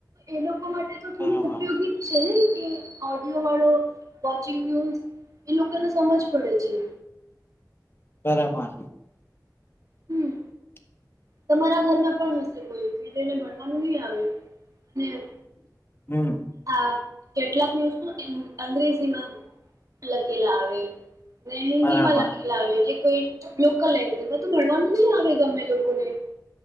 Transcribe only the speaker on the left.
સેના માટે <unintelligible>
બરાબર - <inaudible>
હમ્મ.
બરાબર